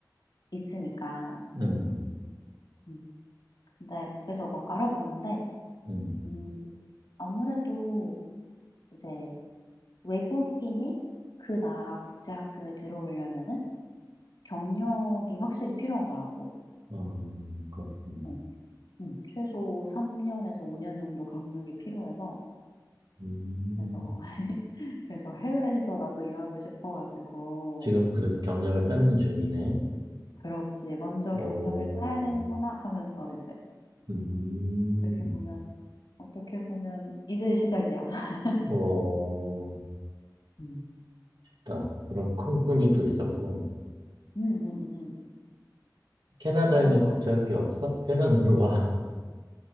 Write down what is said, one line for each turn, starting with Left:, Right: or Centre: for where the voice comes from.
Left: 있으니까.
Right: 음,
Left: 음. 근데 그래서 막 알아봤는데
Right: 음.
Left: 음, 아무래도 이제 외국인이 그 나라 국제학교에 들어오려면은 경력이 확실히 필요하더라고.
Right: 아 그렇군.
Left: 어, 음, 최소 3년에서 5년 정도 경력이 필요해서
Right: 음,
Left: 그래서 <laughs> 그래서 해외에서 나도 일하고 싶어가지고
Right: 지금 그래서 경력을 쌓는 중이네.
Left: 그렇지 먼저
Right: 어,
Left: 경력을 쌓아야 되는구나 하면서 이제
Right: 음,
Left: 어떻게 보면 어떻게 보면 이제 시작이야. <laughs>
Right: 어,
Left: 음.
Right: 딱 그런 큰 꿈이 또 있었군.
Left: 음, 음, 음.
Right: 캐나다에는
Left: 얼마나
Right: 국제학교
Left: 재
Right: 없어? 캐나다로 와.